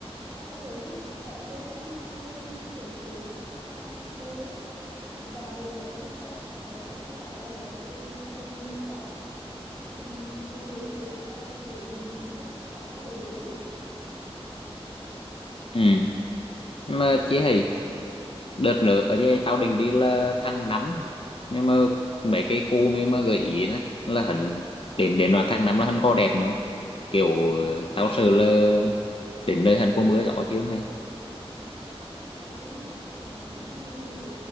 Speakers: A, on the left; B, on the left.
A: còn mà nếu như có thời gian đi xa hơn thì đi mấy kiểu cái làng cái đồi ấy đoàn đường có khi họ họ đang bảo là ở đó có cái má rừng ngự quản ấy. cùng cùng nổi chuyện mà tao đợt nữ bình đi mà cũng có cơ hội để đi ấy.
B: Ừ. Mà chị hay đợt nữa ở đây tao định đi là tháng 5 nhưng mà mấy cái khu mà mà gợi ý đó, là hắn đến đến đoạn tháng 5 là hắn có đẹp nữa không? kiểu ờ, tao sợ là đến nơi hắn có mưa gió chứ không hay
A: nói chung tháng năm thì ở,